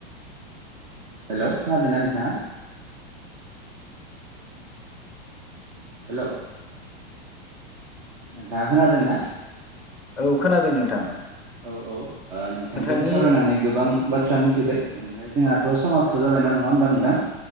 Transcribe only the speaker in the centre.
औ खोनादों नोंथां
नोंथांनि